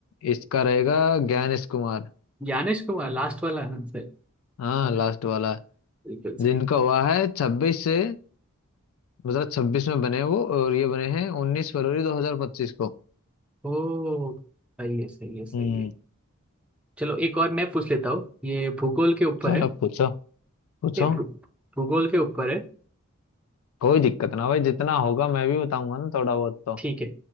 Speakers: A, on the left; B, in the centre.
A: इसका रहेगा ज्ञानेश कुमार
B: ज्ञानेश कुमार लास्ट वाला आंसर
A: हाँ
B: अबे
A: लास्ट वाला
B: बिल्कुल
A: जिनका
B: सही
A: हुआ है छब्बीस से दो हजार छब्बीस में बने वो और ये बने हैं उन्नीस फरवरी दो हजार पच्चीस को
B: ओ सही है सही है
A: हम्म
B: सही है चलो एक और मैं पूछ लेता हूँ ये भूगोल के ऊपर
A: चलो
B: है
A: पूछो पूछो
B: ये भू, भूगोल के ऊपर है
A: कोई दिक्कत ना भाई जितना होगा मैं भी बताऊंगा ना थोड़ा बहुत तो
B: ठीक है